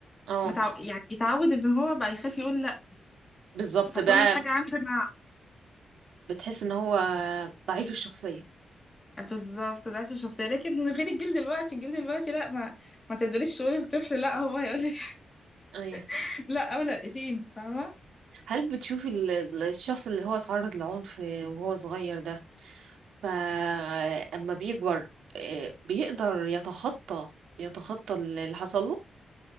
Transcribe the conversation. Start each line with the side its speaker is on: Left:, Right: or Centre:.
Right: اه
Left: متعو... يعني يتعود ان هو بقى يخاف يقول لا
Right: بالظبط
Left: فكل
Right: بقى
Left: حاجه عنده مع
Right: بتحس ان هو ضعيف الشخصية
Left: بالظبط ضعف الشخصيه لكن من غير الجيل دلوقتي الجيل دلوقتي لا ما ما تقدريش تقولي للطفل لا هو هيقول لك
Right: ايوه
Left: <laughs> لا او لا فاهمه
Right: هل بتشوفي ال- ال- الشخص اللي هو اتعرض لعنف وهو صغير ده فأما بيكبر آه، بيقدر يتخطى يتخطى اللي حصل له